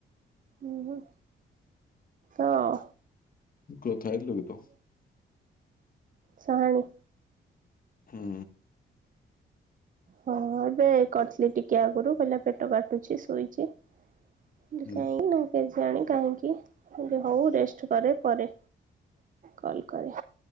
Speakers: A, on the right; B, on the left.
A: ହୁଁ ହୁଁ। ହଁ।
B: କଥା ହେଲୁକି ତ। <inaudible>
A: ସାହାଣୀ।
B: ହୁଁ।
A: ହଁ ଏବେ କରିଥିଲି ଟିକେ ଆଗରୁ ।କହିଲା ପେଟ କାଟୁଛି ଶୋଇଛି। <unintelligible>
B: ହୁଁ
A: ଜାଣି କାହିଁକି ।ଯେ ହଉ ରେଷ୍ଟ କରେ ପରେ କଲ୍ କରେ